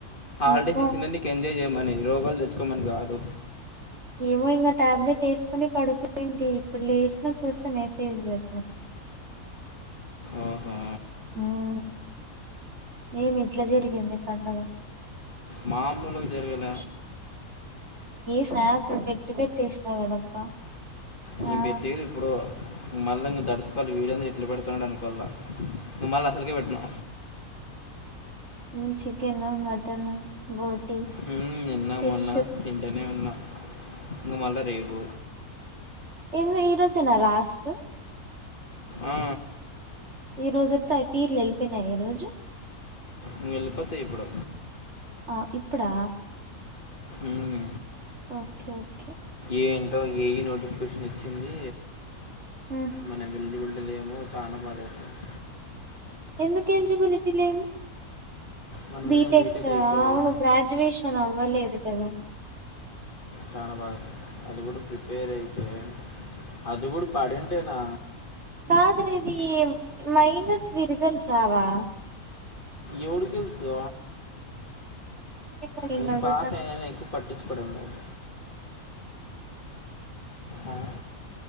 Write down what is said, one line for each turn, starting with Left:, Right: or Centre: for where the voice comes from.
Left: హాలిడేస్
Right: ఏమో
Left: ఇచ్చిండేది నీకు ఎంజాయ్ చేయమనేది రోగాలు తెచ్చుకోమని కాదు
Right: ఏమో ఇంగా టాబ్లెట్ వేసుకొని పడుకొనింటి ఇప్పుడు లేసినా చూస్తే మెసేజ్ లు పెట్నావ్
Left: ఆహా
Right: మ్మ్ ఏమి ఇట్లా జరిగింది పండగ
Left: మాములుగా జరగల
Right: ఏ స్నాప్లు పెట్టి పెట్టి ఏశినావ్ కదప్పా
Left: నేను
Right: ఆ
Left: పెట్టేది ఎప్పుడో మల్లంగా దస్ వీడెందిరా ఇట్లా పెడుతాన్నాడు అనుకోల్లా ఇంగ మళ్ళ అసలకే పెట్ను
Right: మ్మ్ చికెను మటను బోటి
Left: మ్మ్ నిన్నా
Right: ఫిష్
Left: మొన్న తింటానే ఉన్నా ఇంగా మళ్ళా రేపు
Right: ఏంది ఈరోజేనా లాస్ట్
Left: ఆ
Right: ఈ రోజుటితో పీర్లు ఎల్లిపోయినాయి ఈ రోజు
Left: ఇంగ ఎల్లిపోతా ఇప్పుడూ
Right: ఆ ఇప్పుడా
Left: మ్మ్
Right: ఓకే ఓకే
Left: ఏంటో ఏఈ నోటిఫికేషన్ వచ్చింది
Right: మ్మ్
Left: మనం ఎలిజిబిల్ ఏమో చానా బాధేస్తాంది
Right: ఎందుకు ఎలిజిబిలిటీ లేదు
Left: మనం
Right: బిటెక్
Left: ఇంకా బీటెక్ అయిపోవాల.
Right: ఆ అవును గ్రాడ్యుయేషన్ అవ్వలేదు కద
Left: చానా బాధేస్తాంది అది కూడా ప్రిపేర్ అయితే అది గూడా పడింటేనా
Right: కాదుర ఇది మైనస్ వి రిజల్ట్స్ రావా
Left: ఎవడకి తెలుసు
Right: ఏమో
Left: నేను
Right: అడుగుతాను
Left: పాస్ అయినగాని ఎక్కువ పట్టించుకోవడం లేదు ఆమ్